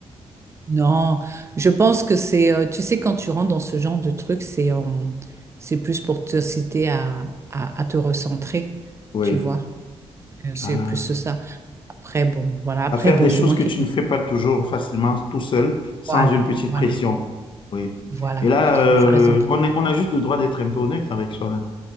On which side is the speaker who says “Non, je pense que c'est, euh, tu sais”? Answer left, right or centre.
Right